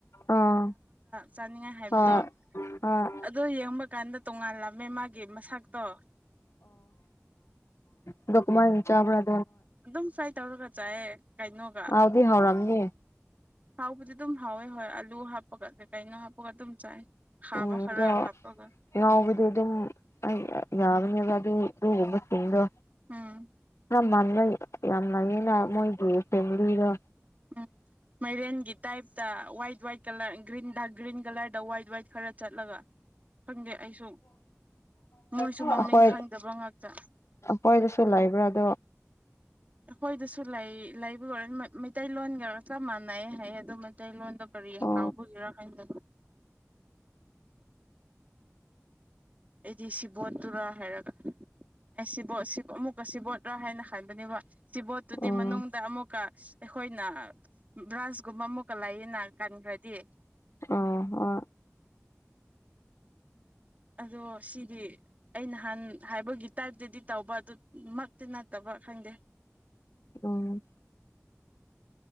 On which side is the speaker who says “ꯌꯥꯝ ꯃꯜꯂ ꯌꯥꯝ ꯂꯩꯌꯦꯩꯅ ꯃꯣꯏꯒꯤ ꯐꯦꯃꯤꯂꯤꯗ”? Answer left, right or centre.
Left